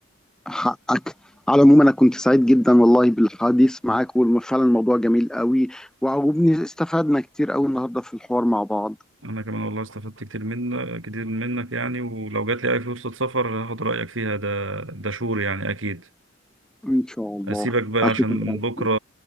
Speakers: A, in the centre; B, on the right.
A: حقك على العموم انا كنت سعيد جدا والله بالحديث معاك وفعلا الموضوع جميل قوي وعجبني استفدنا كتير قوي النهارده في الحوار مع بعض
B: انا كمان والله استفدت كتير منك كتير منك يعني ولو جات لي اي فرصه سفر هاخد رايك فيها ده ده شور يعني اكيد
A: ان شاء الله
B: اسيبك بقى
A: اشوفك
B: عشان
A: على-
B: بكره